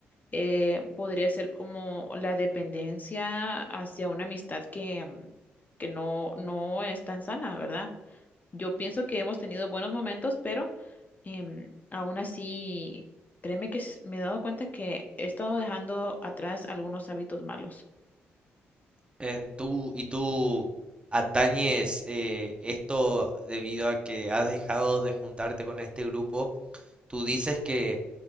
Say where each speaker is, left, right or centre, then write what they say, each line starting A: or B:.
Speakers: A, on the left; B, on the right.
A: eh, podría ser como la dependencia hacia una amistad que, mm, que no, no es tan sana, ¿verdad? Yo pienso que hemos tenido buenos momentos, pero em, aún así, créeme que s- me he dado cuenta que he estado dejando atrás algunos hábitos malos.
B: En tú, y tú atañes eh, esto debido a que has dejado de juntarte con este grupo. Tú dices que